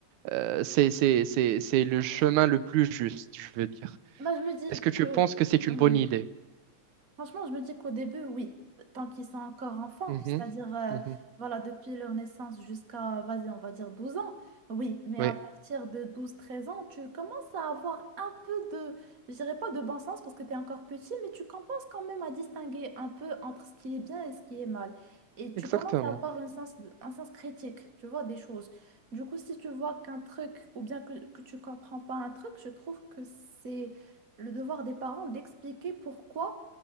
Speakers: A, on the right; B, on the right.
A: euh, c'est, c'est, c'est, c'est le chemin le plus juste, je veux dire.
B: Bah, je me dis
A: Est-ce que tu
B: que...
A: penses que c'est une
B: hmm,
A: bonne idée?
B: Franchement, je me dis qu'au début, oui, tant qu'ils sont encore enfants,
A: Mhm,
B: c'est-à-dire, euh,
A: mhm.
B: voilà, depuis leur naissance jusqu'à, vas-y, on va dire 12 ans, oui, mais
A: Oui,
B: à partir de douze treize ans, tu commences à avoir un peu de, je dirais pas de bon sens parce que tu es encore petit, mais tu commences quand même à distinguer un peu entre ce qui est bien et ce qui est mal. Et tu
A: exactement.
B: commences à avoir un sens, un sens critique, tu vois, des choses. Du coup, si tu vois qu'un truc, ou bien que, que tu comprends pas un truc, je trouve que c'est le devoir des parents d'expliquer pourquoi